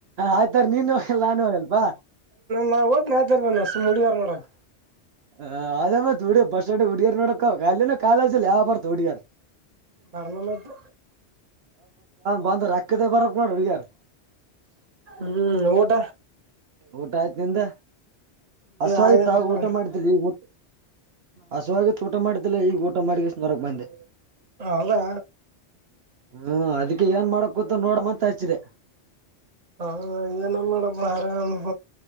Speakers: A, on the right; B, on the right.
A: ಆಯ್ತಾರೆ ನೀನು ಲ್ಲಾನು ಹೋಗಲ್ವಾ
B: ನಾ ಓದ್ ನತ ನಷ್ಟ ಮುಡಿವಾರ ನೋಡಕ್
A: ಹ ಅದಮ್ಮ ತೋಡಿ ಬಸ್ ಉಡಿಯಾರ ನೋಡಕ ಕಾಲ ಕಾಲಜಲ್ಲಿ ಯ ಬಾರ ತುಡಿಯಾರ್
B: ಪಾರ್ಲಾಮೆಟ್
A: ಬಂದ ರಕ್ಕೆದೆ ಬರ ಬಡಡಿ ಯಾರ
B: ಹ್ಮ್ ಊಟ
A: ಊಟ ಆಯ್ತ ನಿಂದು ಹಸವ
B: ಆಗ್ಯದಪ್ಪ
A: ಆ್ತ ಊಟ ಮಾಡಿದ ಊಟ ಹಸಾಗ ಊಟ ಮಾಡಿದ್ದಲ್ಲ ಈಗ ಊಟ ಮಾಡಿಷ್ಟ ಹೊರಕ್ ಬಂದೆ
B: ಹೌದಾ
A: ಹ್ಮ ಅದಕ್ಕೆ ಏನ್ ಮಾಡಕೂತ ನೋಡ ಮಂತ ಹಚ್ಚಿದೆ
B: ಹ ಏನ ಮಾಡಪ್ಪ ಆರಾಮ